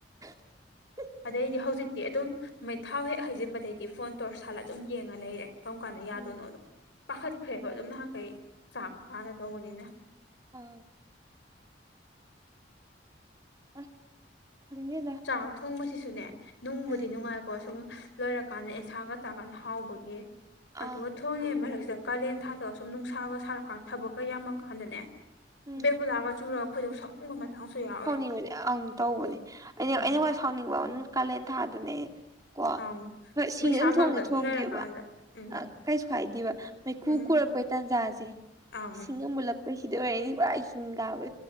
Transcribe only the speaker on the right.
<unintelligible>
ꯎꯝ
ꯍꯣꯏ
ꯎꯝ ꯑꯁ <unintelligible>
ꯎꯝ
ꯑꯥ
ꯎꯝ
<unintelligible> ꯑꯪ ꯇꯧꯕꯅꯦ ꯑꯩꯅ
ꯑꯩꯅ <unintelligible> ꯁꯥꯎꯅꯤꯡꯕ ꯑꯃꯅ ꯀꯥꯂꯦꯟ ꯊꯥꯗꯅꯦ ꯀꯣ
ꯍꯣꯏ ꯁꯤꯡ
<unintelligible> ꯑꯗꯨꯝ ꯊꯣꯡꯗꯤ
ꯊꯣꯡꯒꯦꯕ
ꯑꯥ ꯀꯩꯁꯨ ꯀꯥꯏꯗꯦꯕ ꯃꯩꯈꯨ
ꯈꯨꯔꯛꯄꯩ ꯇꯟꯖꯥꯖꯦ
ꯏꯁꯤꯡꯒ ꯃꯨꯠꯂꯛꯄꯩ ꯁꯤꯗ ꯑꯣꯏꯔꯦ ꯑꯩꯅ ꯄꯨꯔꯥ ꯍꯤꯡ ꯀꯥꯕ